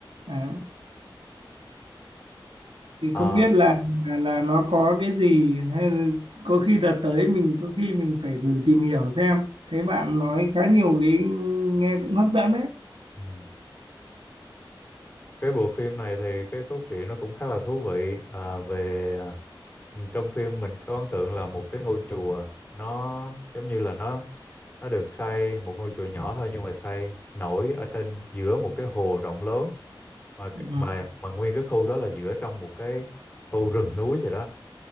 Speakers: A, on the right; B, on the left.
A: à, thì
B: Ờ.
A: không biết là, là là nó có cái gì hay là có khi đợt tới mình có khi mình phải thử tìm hiểu xem thấy bạn nói khá nhiều cái nghe cũng hấp dẫn đấy
B: Ừ. cái bộ phim này thì cái cốt truyện nó cũng khá là thú vị à, về ừ, trong phim mình có ấn tượng là một cái ngôi chùa nó giống như là nó nó được xây một ngôi chùa nhỏ thôi nhưng mà xây nổi ở trên giữa một cái hồ rộng lớn mà
A: ừ.
B: mà mà nguyên cái khu đó là giữa trong một cái khu rừng núi vậy đó